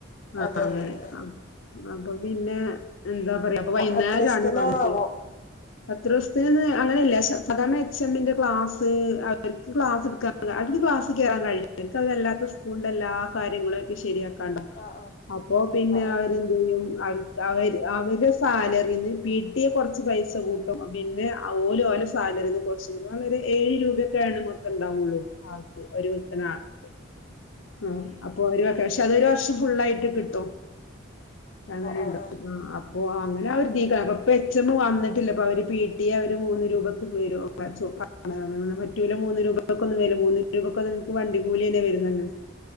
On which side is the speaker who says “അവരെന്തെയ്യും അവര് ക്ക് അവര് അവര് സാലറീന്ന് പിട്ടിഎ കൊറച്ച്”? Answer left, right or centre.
Left